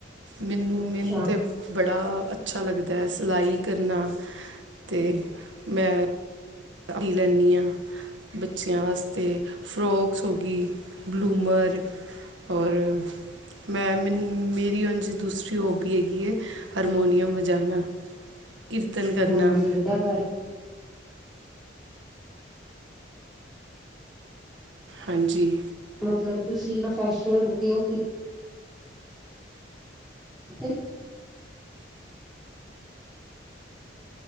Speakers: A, on the right (about 80°); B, in the centre.
A: ਮੈਨੂੰ
B: ਅੱਛਾ
A: ਮੈਨੂੰ ਤੇ। ਬੜਾ ਅੱਛਾ ਲੱਗਦਾ ਹੈ ਸਿਲਾਈ ਕਰਨਾ ਤੇ ਮੈਂ। ਰੀ ਲੈਂਨੀ ਹਾਂ। ਬੱਚਿਆਂ ਵਾਸਤੇ ਫਰਾੋਕਸ ਹੋ ਗਈ ਬਲੂਮਰ। ਔਰ ਮੈਂ ਮੇਰੀ ਉਂਜ ਦੂਸਰੀ ਹੋਬੀ ਹੈਗੀ ਹੈ। ਹਰਮੋਨੀਅਮ ਵਜਾਣਾ ਕੀਰਤਨ ਕਰਨਾ।
B: ਹਾਂਜੀ ਗੱਲ।
A: ਹੰਜੀ।
B: ਮਤਲਬ ਤੁਸੀਂ ਪ੍ਰੋਫੈਸ਼ਨਲਦੇ ਹੋ ਕਿ। ੱਥ।